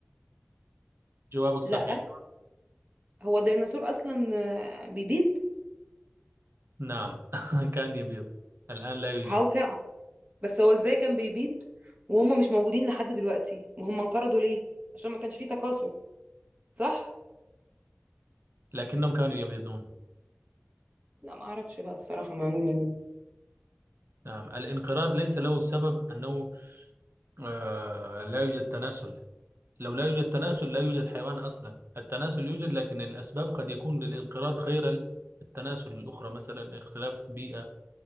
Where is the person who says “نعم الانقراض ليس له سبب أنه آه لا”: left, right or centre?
Right